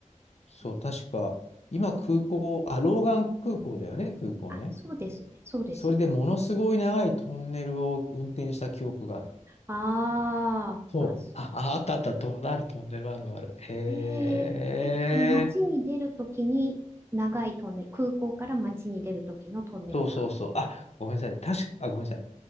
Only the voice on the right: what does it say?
うん
あ、そうですね。そうですね。
ああ、
あ、そう。
えーえ、その街に出るときに長いトンネル、空港から街に出るときのトンネルが。